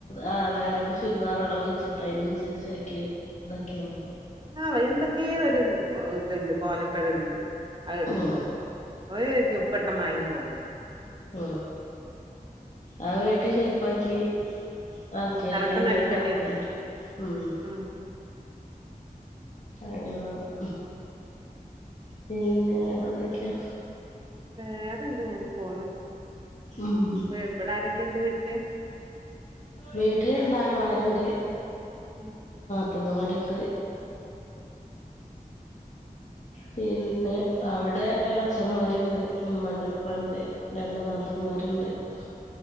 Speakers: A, on the left; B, on the right.
A: ആ വേറൊരു ചുരിദാർ അളവ്െച്ചിട്ടാ അതിനനുസരിച്ച ആക്കി ഇതാക്കിയാൽ മതി
B: ആ എന്തൊക്കെയെഓരു ഇതുണ്ട് കോലക്കട് ഉണ്ട് അത് ഇടുമ്പം
A: ഉം
B: ഒരു ജുപ്പട്ടമാതിരി തോന്നുന്നു
A: ഉ ആ വെട്ടിൽ ഷെയിപ്പാക്കി ആക്കിയാലേ
B: ഉം തലക്കന്ന്
A: ഇഞ്ഞങ്ങ്
B: അടിക്കേണ്ടി
A: കറക്റ്റ്
B: വരും
A: ആയിട്ടു കിട്ടെള്ളു
B: ഉം
A: അങ്ങനെ വേണം പിന്നെ വേറെന്തൊക്കെയാ
B: വേറെന്ത ഇങ്ങനെ പോണ്
A: ഉം
B: ഇവിടൊരൊക്കെ ഇണ്ട് വീട്ടില്
A: വീട്ടില് രണ്ടാങ്ങള്ളരുണ്ട്
B: ഉം
A: ണുമ്മ മാറ്റയിട്ട്
B: <inaudible>
A: പിന്നെ അവിടെ യാള അഛന്മാരുണ്ട് ഉമ്മ ഉണ്ട്പ്പ ഉണ്ട് രണ്ട് നാത്തൂമാരുണ്ട് ഉണ്ട്